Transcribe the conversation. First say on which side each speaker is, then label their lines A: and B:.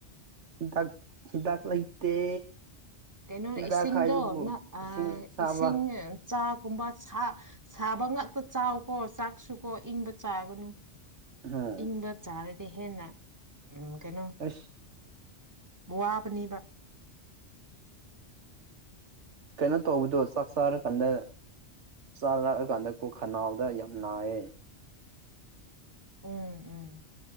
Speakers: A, on the right (about 85°); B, on the right (about 15°).
A: ꯍꯤꯗꯥꯛ ꯍꯤꯗꯥꯛ ꯂꯩꯇꯦ
B: ꯀꯩꯅꯣ
A: ꯍꯤꯗꯥꯛ
B: ꯏꯁꯤꯡꯗꯣ
A: ꯍꯥꯏꯕꯕꯨ
B: ꯉꯛ ꯑ
A: ꯏꯁꯤꯡ ꯑꯁꯥꯕ
B: ꯏꯁꯤꯡ ꯆꯥꯛꯀꯨꯝꯕ ꯁꯥ ꯁꯥꯕ ꯉꯥꯛꯇ ꯆꯥꯎꯀꯣ ꯆꯥꯛꯁꯨꯀꯣ ꯏꯪꯕ ꯆꯥꯒꯅꯨ
A: ꯎꯝ
B: ꯏꯪꯕ ꯆꯥꯔꯗꯤ ꯍꯦꯟꯅ ꯎꯝ ꯀꯩꯅꯣ
A: ꯑꯁ
B: ꯋꯥꯕꯅꯦꯕ
A: ꯀꯩꯅꯣ ꯇꯧꯕꯗꯣ ꯆꯥꯛ ꯆꯥꯔ ꯀꯥꯟꯗ ꯆꯥꯔꯛꯑ ꯀꯥꯟꯗ ꯀꯣ ꯈꯅꯥꯎꯗ ꯌꯥꯝ ꯅꯥꯏꯌꯦ
B: ꯎꯝ ꯎꯝ